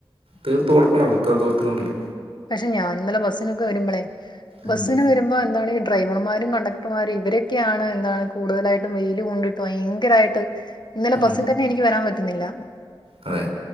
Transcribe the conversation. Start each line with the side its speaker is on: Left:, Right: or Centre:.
Right: തീർത്ത് കൊടുക്കണല്ലോ ഇത്ര ദിവസത്തിനുള്ളില്
Left: പക്ഷെ ഞാൻ ഇന്നലെ ബസ്സിനൊക്കെ വരുമ്പോളേ ബസ്സിന്
Right: ഉം
Left: വരുമ്പോ എന്താണീ ഡ്രൈവർമാരും കണ്ടക്ടർമാരും ഇവരൊക്കെയാണ് എന്താണ് കൂടുതലായിട്ടും വെയിൽ കൊണ്ടിട്ട് ഭയങ്കരായിട്ട് ഇന്നലെ
Right: ഉം
Left: ബസ്സി തന്നെ എനിക്ക് വരാൻ പറ്റുന്നില്ല
Right: അതെ